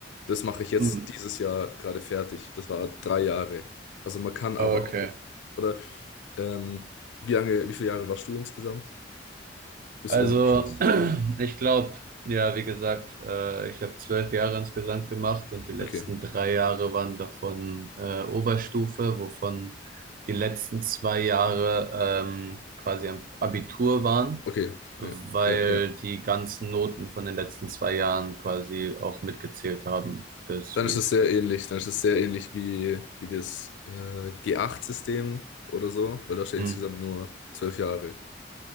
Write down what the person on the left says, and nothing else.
Das mache ich jetzt
dieses Jahr gerade fertig. Das war drei Jahre. Also man kann aber
auch, oder ähm, wie lange, wie viele Jahre warst du insgesamt? Bis
zu deinem Abschluss?
Okay,
okay,
ja, ja, ja.
Dann
ist es sehr ähnlich. Dann ist es sehr ähnlich wie, wie das äh, G8-System oder so, weil du hast ja
insgesamt nur zwölf Jahre.